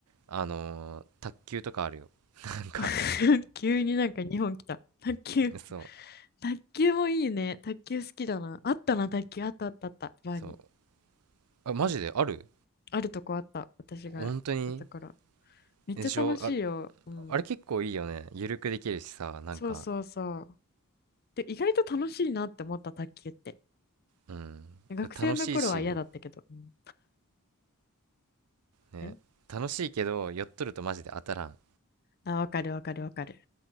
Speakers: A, on the right (about 80°); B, on the left (about 45°).
A: あのー卓球とかあるよ。なんか
B: <laughs> 急になんか日本来た。卓球。
A: そう
B: 卓球もいいね。卓球好きだな。あったな、卓球。あったあったあった。バーに。
A: そうあマジである
B: あるとこあった。私が行ったところ。
A: 本当に
B: めっちゃ楽しいよ。
A: でしょあ
B: うん。
A: あれ結構いいよねゆるくできるしさなんか
B: そうそうそう。で、意外と楽しいなって思った卓球って。
A: うんえ楽しいし
B: 学生の頃は嫌だったけど。うん
A: ね楽しいけどやっとるとマジで当たらん
B: えあ、わかるわかるわかる。